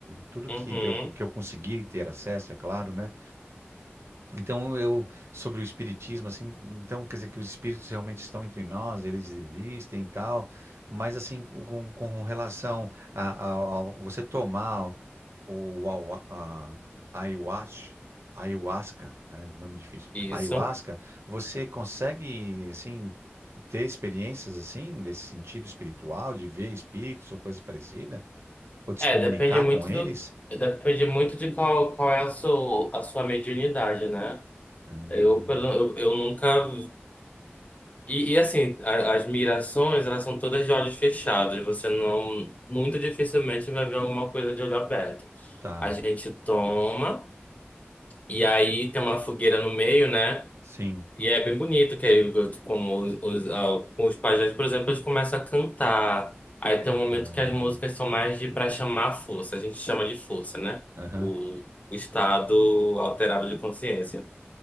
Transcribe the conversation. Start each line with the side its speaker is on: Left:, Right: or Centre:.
Right: tudo
Left: uhum,
Right: que eu, que eu consegui ter acesso, é claro, né? Então, eu, sobre o espiritismo, assim, então quer dizer que os espíritos realmente estão entre nós, eles existem e tal, mas assim, com, com relação a, a- ao- você tomar o, awa- a, ayahuasca, ayahuasca, é nome difícil,
Left: isso.
Right: ayahuasca, você consegue, assim, ter experiências, assim, desse sentido espiritual, de ver espíritos ou coisa parecida, ou de
Left: É,
Right: se comunicar
Left: depende muito
Right: com eles?
Left: do, depende muito de qual, qual é a sua, a sua mediunidade, né?
Right: Hum,
Left: Eu, pelo- eu, eu nunca E, e, assim, a- as migrações, elas são todas de olhos fechados. Você não, muito dificilmente vai ver alguma coisa de olho aberto.
Right: tá,
Left: A gente toma, e aí tem uma fogueira no meio, né?
Right: sim,
Left: E é bem bonito, que aí, como os, os, ah, os pajés, por exemplo, eles começam a cantar. Aí tem um momento
Right: hum,
Left: que as músicas são mais de para chamar a força. A gente chama de força, né?
Right: aham.
Left: O, o estado alterado de consciência.